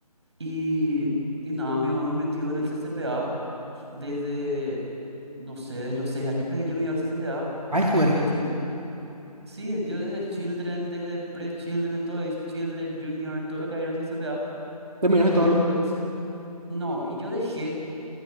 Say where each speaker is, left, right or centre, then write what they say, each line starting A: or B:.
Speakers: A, on the right; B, on the right.
A: Y, y nada, mi mamá me metió en el C C P A desde, no sé, desde los seis años, pero yo me iba al C C P A
B: Ay, joder.
A: me fui así. Sí, yo desde Children, desde Pre-Children, todo dice Children, Junior, todo lo que hay en el C C P A
B: Terminaste
A: Y
B: todo
A: después,
B: lo...
A: no, y yo dejé